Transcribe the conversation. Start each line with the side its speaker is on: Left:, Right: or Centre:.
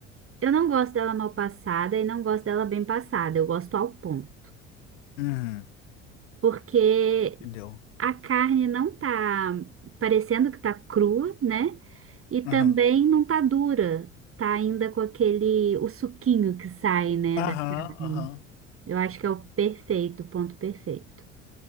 Right: Eu não gosto dela mal passada e não gosto dela bem passada. Eu gosto ao ponto.
Left: Uhum,
Right: Porque
Left: entendeu?
Right: a carne não tá parecendo que tá crua, né? E também
Left: Aham,
Right: não tá dura. Tá ainda com aquele, o suquinho que sai, né,
Left: aham,
Right: da carne.
Left: aham.
Right: Eu acho que é o perfeito, o ponto perfeito.